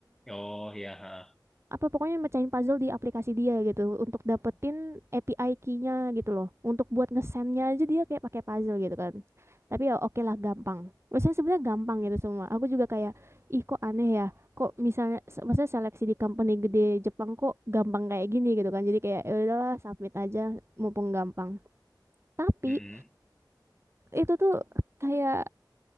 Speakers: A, in the centre; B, on the right (about 35°).
A: Oh ya, ha.
B: apa, pokoknya mecahin puzzle di aplikasi dia gitu, untuk dapetin API key-nya gitu loh. Untuk buat ngesendnya aja dia kayak pakai puzzle gitu kan. Tapi ya oke lah gampang. Maksudnya sebenarnya gampang gitu semua. Aku juga kayak, ih kok aneh ya, kok misalnya, se- maksudnya seleksi di company gede Jepang kok gampang kayak gini gitu kan. Jadi kayak ya udahlah submit aja mumpung gampang. Tapi
A: Mm-mm.
B: itu tuh kayak